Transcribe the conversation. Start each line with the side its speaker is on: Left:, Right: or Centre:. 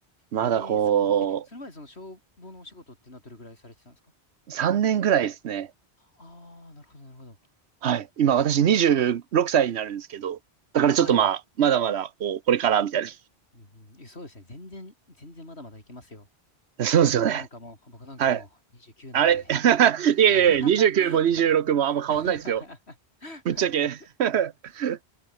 Right: まだこ
Left: ええーそうなんだえ、それまでその消防のお仕事っていうのはどれぐらいされてたんですか
Right: う、3年ぐらいですね。
Left: ああー、なるほど、なるほど。
Right: はい。今、
Left: あ、
Right: 私26歳になるんですけど。
Left: でも、
Right: だからちょっとまあ、
Left: はいはい。
Right: まだまだ、こう、これからみたいな。
Left: うんうんえそうですね。全然、全然まだまだいけますよ。
Right: そうですよね。
Left: もう僕なんかもう、僕なんかもう29なんで。
Right: はい。あれ <laughs> いえいやいや、
Left: <laughs>
Right: 29も26もあんま変わんないですよ。
Left: <laughs>
Right: ぶっちゃけ <laughs>